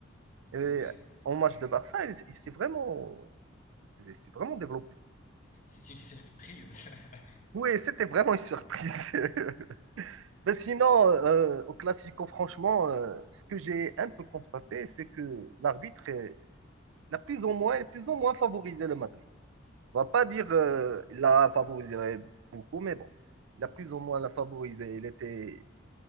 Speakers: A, on the right; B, on the left.
A: Et
B: Oui,
A: en match de Barça, il, il s'est vraiment, il s'est vraiment développé.
B: c'est une surprise. <laughs>
A: Oui, c'était vraiment une surprise. <laughs> Mais sinon, euh, au Classico, franchement, euh, ce que j'ai un peu constaté, c'est que l'arbitre est- il a plus ou moins, plus ou moins favorisé le Madrid. On va pas dire euh, il l'a favorisé beaucoup, mais bon, il a plus ou moins la favorisé. Il était,